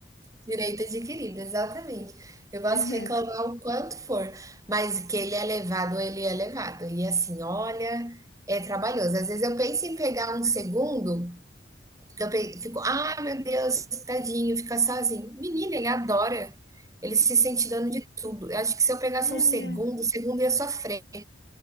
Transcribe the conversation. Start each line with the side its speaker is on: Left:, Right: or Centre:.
Right: Direito adquirido, exatamente. Eu posso
Left: Pois é.
Right: reclamar o quanto for, mas que ele é levado, ele é levado. E assim, olha, é trabalhoso. Às vezes eu penso em pegar um segundo, porque eu pe- fico, ah, meu Deus, tadinho, fica sozinho. Menina, ele adora. Ele se sente dono de tudo. Eu acho que se eu pegasse
Left: É,
Right: um segundo, o segundo ia sofrer.